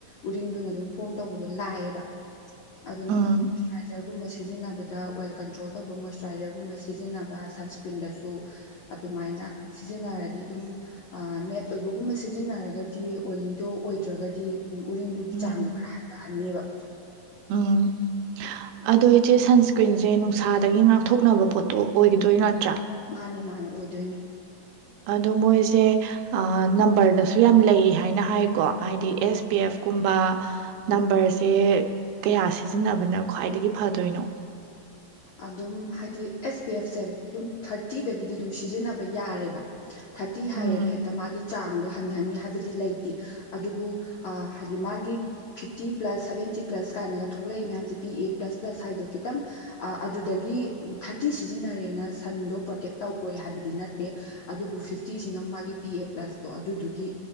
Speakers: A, on the left; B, on the right.
A: ꯎꯔꯤꯡꯗꯨꯅ ꯑꯗꯨꯝ ꯐꯣꯝ ꯇꯧꯕꯗꯣ ꯂꯥꯛꯑꯦꯕ ꯑꯗꯨ ꯅꯪꯅ
B: ꯎꯝ
A: ꯃꯣꯏꯆꯔꯥꯏꯖꯔꯒꯨꯝꯕ ꯁꯤꯖꯤꯟꯅꯕꯗ ꯑꯣꯏꯜ ꯀꯟꯇ꯭ꯔꯣꯜ ꯑꯆꯧꯕ ꯃꯣꯏꯆꯨꯔꯥꯏꯖꯔꯒꯨꯝꯕ ꯁꯤꯖꯤꯟꯅꯕ ꯁꯟꯁꯀ꯭ꯔꯤꯟꯗꯁꯨ ꯑꯗꯨꯃꯥꯏꯅ ꯁꯤꯖꯤꯟꯅꯔꯗꯤ ꯑꯗꯨꯝ ꯃꯦꯠ ꯑꯣꯏꯕꯒꯨꯝꯕ ꯁꯤꯖꯤꯟꯅꯔꯒꯗꯤ ꯑꯣꯏꯂꯤꯗꯣ ꯑꯣꯏꯗ꯭ꯔꯒꯗꯤ ꯎꯔꯤꯡꯗꯨꯒꯤ
B: ꯎꯝ
A: ꯆꯥꯡꯗꯣ ꯈꯔ ꯍꯥꯟꯅꯤꯕ
B: ꯎꯝ ꯑꯗꯣ ꯏꯆꯦ ꯁꯟꯁ꯭ꯀ꯭ꯔꯤꯟꯁꯦ ꯅꯨꯡꯁꯥꯗꯒꯤ ꯉꯥꯛꯊꯣꯛꯅꯕ ꯄꯣꯠꯇꯣ ꯑꯣꯏꯒꯗꯣꯏ ꯅꯠꯇ꯭ꯔꯥ
A: ꯃꯥꯅꯦ ꯃꯥꯅꯦ ꯑꯣꯏꯗꯣꯏꯅꯦ
B: ꯑꯗꯣ ꯃꯣꯏꯁꯦ ꯅꯝꯕꯔꯗꯁꯨ ꯌꯥꯝ ꯂꯩ ꯍꯥꯏꯅ ꯍꯥꯏ ꯀꯣ ꯍꯥꯏꯗꯤ
A: ꯎꯝ
B: ꯑꯦꯁ ꯄꯤ ꯑꯦꯐ ꯀꯨꯝꯕ
A: ꯍꯣꯏ
B: ꯅꯝꯕꯔꯁꯦ ꯀꯌꯥ ꯁꯤꯖꯤꯟꯅꯕꯅ ꯈ꯭ꯋꯥꯏꯗꯒꯤ ꯐꯗꯣꯏꯅꯣ
A: ꯑꯗꯨꯝ ꯍꯥꯏꯗꯤ ꯑꯦꯁ ꯄꯤ ꯑꯦꯐꯁꯦ ꯑꯗꯨꯝ ꯊꯥꯔꯇꯤꯗꯒꯤꯗꯤ ꯑꯗꯨꯝ ꯁꯤꯖꯤꯟꯅꯕ ꯌꯥꯔꯦꯕ ꯊꯥꯔꯇꯤ ꯍꯥꯏꯔꯦꯅ
B: ꯎꯝ
A: ꯍꯦꯛꯇ ꯃꯥꯒꯤ ꯆꯥꯡꯗꯣ ꯍꯟꯊꯅꯤ ꯍꯥꯏꯕꯗꯤ ꯂꯩꯇꯦ ꯑꯗꯨꯕꯨ ꯑ ꯍꯥꯏꯗꯤ ꯃꯥꯒꯤ ꯐꯤꯐꯇꯤ ꯄ꯭ꯂꯁ ꯁꯦꯚꯦꯟꯇꯤ ꯄ꯭ꯂꯁ ꯀꯥꯏꯅꯒ ꯊꯣꯛꯂꯛꯏ ꯃꯌꯥꯝꯁꯦ ꯕꯤ ꯑꯦ ꯄ꯭ꯂꯁ ꯄ꯭ꯂꯁ ꯍꯥꯏꯗꯣ ꯈꯤꯇꯪ ꯑꯗꯨꯗꯒꯤ ꯊꯥꯔꯇꯤ ꯁꯤꯖꯤꯟꯅꯔꯦꯅ ꯁꯟꯗꯣ ꯄ꯭ꯔꯣꯇꯦꯛ ꯇꯧꯔꯦ ꯍꯥꯏꯕꯗꯤ ꯅꯠꯇꯦ ꯑꯗꯨꯕꯨ ꯐꯤꯐꯇꯤꯁꯤꯅ ꯃꯥꯒꯤ ꯄꯤ ꯑꯦ ꯄ꯭ꯂꯁꯇꯣ ꯑꯗꯨꯗꯨꯒꯤ